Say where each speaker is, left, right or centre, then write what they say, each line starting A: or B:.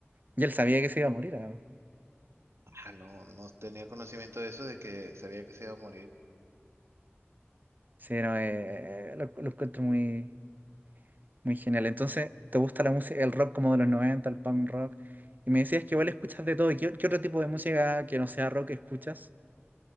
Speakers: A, on the right; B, on the right.
A: Y él sabía que se iba a morir, además.
B: Ah, no, no tenía conocimiento de eso, de que sabía que se iba a morir.
A: Sí, no, eh, lo, lo encuentro muy, muy genial. Entonces, ¿te gusta la música, el rock como de los 90 el punk rock? Y me decías que igual escuchas de todo. ¿Y ¿Qué, qué otro tipo de música que no sea rock escuchas?